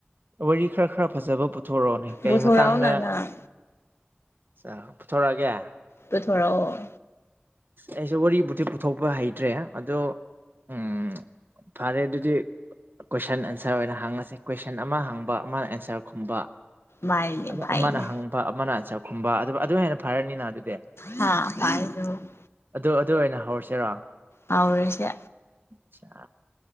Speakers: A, on the right (about 55°); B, on the left (about 80°).
A: ꯋꯥꯔꯤ ꯈꯔ ꯈꯔ ꯐꯖꯕ ꯄꯨꯊꯣꯔꯛꯑꯣꯅꯦ ꯀꯩ
B: ꯄꯨꯊꯣꯔꯛꯑꯣꯅ
A: ꯃꯇꯥꯡꯗ꯫
B: ꯅꯪ
A: ꯆꯥ ꯄꯨꯊꯣꯔꯛꯑꯒꯦ꯫
B: ꯄꯨꯊꯣꯔꯛꯑꯣ꯫
A: ꯑꯩꯁꯨ ꯋꯥꯔꯤꯕꯨꯗꯤ ꯄꯨꯊꯣꯛꯄ ꯍꯩꯇ꯭ꯔꯦ ꯑꯗꯣ ꯎꯝ ꯐꯔꯦ ꯑꯗꯨꯗꯤ꯫ ꯀꯣꯏꯁꯟ ꯑꯟꯁꯔ ꯑꯣꯏꯅ ꯍꯥꯡꯉꯁꯤ ꯀꯣꯏꯁꯟ ꯑꯃ ꯍꯥꯡꯕ ꯑꯃꯅ ꯑꯟꯁꯔ ꯈꯨꯝꯕ꯫
B: ꯃꯥꯏꯅꯦ
A: ꯑꯗꯨ
B: ꯐꯩꯅꯦ
A: ꯑꯃꯅ ꯍꯪꯕ ꯑꯃꯅ ꯑꯟꯆꯥꯔ ꯈꯨꯝꯕ ꯑꯗꯨ ꯑꯗꯨ ꯍꯦꯟꯅ ꯐꯔꯅꯤꯅ ꯑꯗꯨꯗꯤ
B: ꯍꯥ <unintelligible>
A: ꯑꯗꯨ ꯑꯗꯨ ꯑꯣꯏꯅ ꯍꯧꯔꯁꯤꯔꯣ꯫
B: ꯍꯥꯎꯔꯁꯦ꯫
A: ꯁꯤꯌ꯫